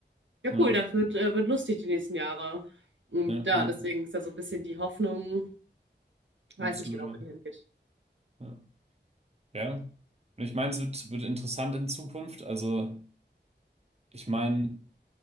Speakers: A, on the right; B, on the right.
A: ja
B: Ja,
A: cool, das wird, äh, wird lustig die nächsten Jahre. Und
B: ja,
A: ja,
B: ja,
A: deswegen ist da so ein bisschen die Hoffnung, Weiß
B: absolut,
A: nicht genau,
B: ja.
A: wohin er geht.
B: Ja. Ja. Und ich meine, es wird, wird interessant in Zukunft. Also, ich meine,